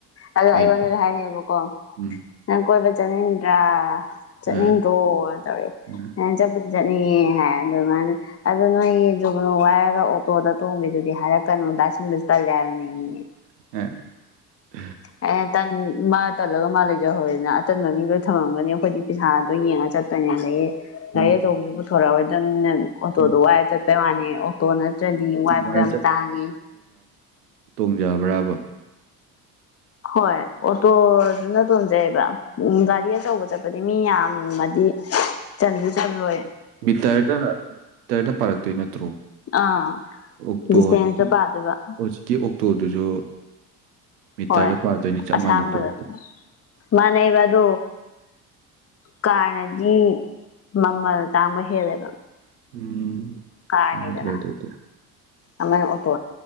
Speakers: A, on the left; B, on the right.
A: ꯑꯗꯣ ꯑꯩꯉꯣꯟꯗꯁꯨ
B: ꯀꯥꯏ
A: ꯍꯥꯏꯔꯛꯑꯦꯕꯀꯣ
B: ꯎꯝ
A: ꯑꯩ ꯀꯣꯏꯕ ꯆꯠꯅꯤꯡ ꯥꯌꯥ ꯆꯠꯅꯤꯡꯗ꯭ꯔꯣ
B: ꯑꯥ
A: ꯇꯧꯔꯛꯑꯦ
B: ꯑꯥ
A: ꯑꯩꯅ ꯆꯠꯄ ꯆꯠꯅꯤꯡꯉꯦ ꯍꯥꯏ ꯑꯗꯨ ꯃꯥꯅ ꯑꯗꯨ ꯅꯣꯏꯒꯤ ꯖꯨꯒꯅꯣ ꯋꯥꯏꯔꯒ ꯑꯣꯇꯣꯗ ꯇꯣꯡꯕꯤꯗꯨꯗꯤ ꯍꯥꯏꯔꯛꯀꯅꯨ ꯗꯥ ꯁꯤꯃꯁ ꯇꯜꯂꯦ ꯍꯥꯏꯕꯅꯦꯌꯦ
B: <inaudible>
A: ꯑꯩꯅ ꯇꯟ ꯃꯥ ꯇꯜꯂꯒ ꯃꯥ ꯂꯩꯖꯍꯧꯔꯦꯅ ꯑꯇꯟꯕ ꯃꯤ ꯂꯣꯢ ꯊꯅꯝꯒꯅꯤ ꯑꯩꯈꯣꯏꯗꯤ ꯄꯩꯁꯥꯗꯣ ꯌꯦꯡ ꯆꯠꯇꯅꯤ ꯑꯗꯒꯤ ꯒꯔꯤ
B: ꯎꯝ
A: ꯑꯆꯧꯕꯗꯣ ꯄꯨꯊꯣꯔꯛꯑꯣꯏꯗꯝꯅꯤꯅ ꯑꯣꯇꯣꯗꯣ
B: ꯎꯝ
A: ꯋꯥꯏꯔ ꯆꯠꯄꯩ ꯋꯥꯅꯤ ꯑꯣꯇꯣ ꯅꯠꯇ꯭ꯔꯗꯤ ꯋꯥꯏꯕꯗ
B: ꯋꯥꯏ
A: ꯌꯥꯝ ꯇꯥꯡꯉꯦ
B: ꯨꯌꯥꯕ꯭ꯔꯕ
A: ꯍꯣꯏ ꯑꯣꯇꯣꯗꯨꯅ ꯇꯣꯡꯖꯩꯕ ꯎꯝ ꯒꯥꯔꯤ ꯑꯆꯧꯕ ꯆꯠꯄꯗꯤ ꯃꯤ ꯌꯥꯝ ꯗꯤ ꯆꯟꯁꯨ ꯆꯟꯂꯣꯏ
B: ꯃꯤꯇꯔꯗ ꯃꯤꯇꯔꯗ ꯄꯥꯔꯛꯇꯣꯏ ꯅꯠꯇ꯭ꯔꯣ
A: ꯑꯥ
B: ꯑꯣꯛꯇꯣ
A: ꯗꯤꯁꯇꯦꯟꯁꯇ
B: ꯍꯧꯖꯤꯛꯀꯤ
A: ꯄꯥꯗꯣꯏꯕ
B: ꯑꯣꯛꯇꯣꯗꯨꯁꯨ ꯃꯤꯇꯔꯗ
A: ꯍꯣꯏ
B: ꯄꯥꯗꯣꯏꯅꯤ ꯆꯞ
A: ꯑꯁꯥꯡꯕꯗ
B: ꯃꯥꯟꯅꯗꯣꯏ ꯅꯠꯇ꯭ꯔꯣ
A: ꯃꯅꯩꯕ ꯑꯗꯨ ꯀꯥꯔꯅꯗꯤ ꯃꯃꯜ ꯇꯥꯡꯕ ꯍꯦꯜꯂꯦꯕ
B: ꯎꯝ
A: ꯀꯥꯔꯅꯤꯗꯅ
B: ꯈꯪꯗ꯭ꯔꯦ ꯑꯗꯨꯗꯤ
A: ꯑꯃꯅ ꯑꯣꯛꯇꯣ